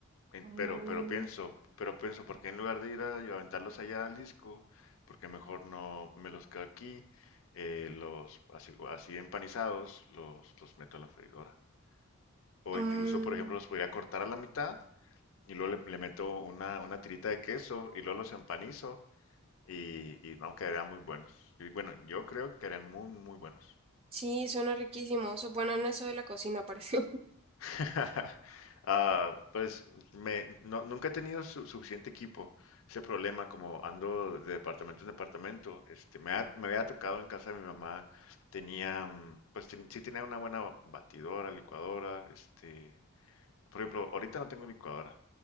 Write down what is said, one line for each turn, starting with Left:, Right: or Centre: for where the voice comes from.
Left: en-
Right: Mm,
Left: pero, pero pienso, pero pienso, ¿por qué en lugar de ir a y aventarlos allá al disco? Porque mejor no me los quedo aquí, eh, los así, así empanizados, los, los meto a la freidora. O
Right: mm,
Left: incluso, por ejemplo, los podría cortar a la mitad y luego le, le meto una, una tirita de queso y luego los empanizo y, y no, quedarían muy buenos. Y bueno, yo creo que quedarían muy, muy buenos.
Right: sí, suena riquísimo. Eso bueno en eso de la cocina, parece. <laughs>
Left: <laughs> Ah, pues me, no- nunca he tenido su- suficiente equipo. Ese problema, como ando de departamento en departamento, este, me, ha- me había tocado en casa de mi mamá, tenía, mm, pues ten- sí tenía una buena batidora, licuadora, este, por ejemplo, ahorita no tengo licuadora,